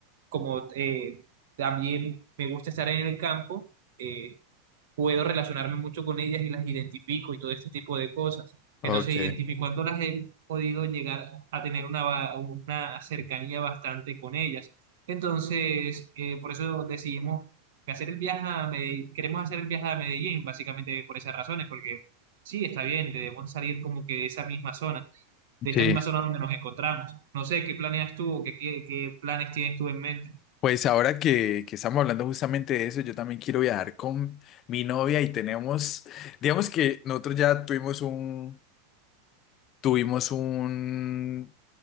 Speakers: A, on the right; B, on the left.
A: como eh, también me gusta estar en el campo, eh, puedo relacionarme mucho con ellas y las identifico y todo ese tipo de cosas.
B: Ok.
A: Entonces, identificándolas he podido llegar a tener una, va- una cercanía bastante con ellas. Entonces, eh, por eso decidimos hacer el viaje a Medellín, queremos hacer el viaje a Medellín, básicamente por esas razones, porque sí, está bien, debemos salir como que de esa misma zona, de esta
B: Sí.
A: misma zona donde nos encontramos. No sé, ¿qué planeas tú o qué, qué, qué planes tienes tú en mente?
B: Pues ahora que, que estamos hablando justamente de eso, yo también quiero viajar con mi novia y tenemos, digamos que nosotros ya tuvimos un, tuvimos un,